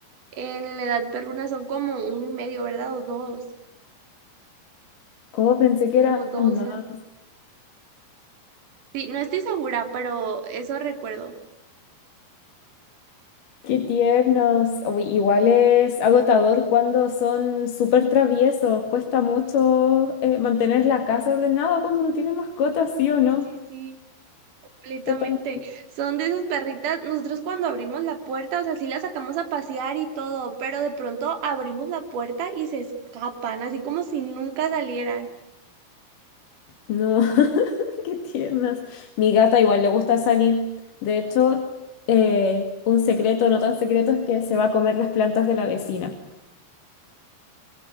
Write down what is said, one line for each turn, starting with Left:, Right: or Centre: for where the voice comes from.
Right: en la edad perruna son como uno y medio, ¿verdad? O dos,
Left: Oh, pensé que
Right: como
Left: eran
Right: dos
Left: más.
Right: años. Sí, no estoy segura, pero eso recuerdo.
Left: Qué tiernos. Uy, igual es agotador cuando son súper traviesos. Cuesta mucho eh, mantener la casa ordenada cuando uno tiene mascotas, ¿sí o
Right: Sí,
Left: no?
Right: sí, sí, completamente.
Left: Total.
Right: Son de esas perritas. Nosotros cuando abrimos la puerta, o sea, sí las sacamos a pasear y todo, pero de pronto abrimos la puerta y se escapan, así como si nunca salieran.
Left: No, <laughs> qué tiernas. Mi gata igual le gusta salir. De hecho, eh, un secreto, no tan secreto, es que se va a comer las plantas de la vecina.